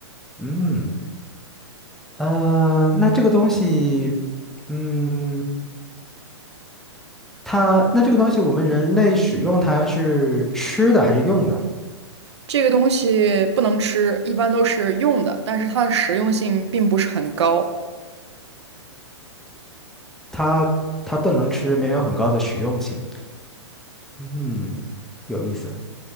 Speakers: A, in the centre; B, on the right.
A: 嗯，呃，那这个东西，嗯，它那这个东西，我们人类使用它是吃的还是用的？
B: 这个东西不能吃，一般都是用的，但是它的实用性并不是很高。
A: 它它不能吃，没有很高的实用性。嗯，有意思。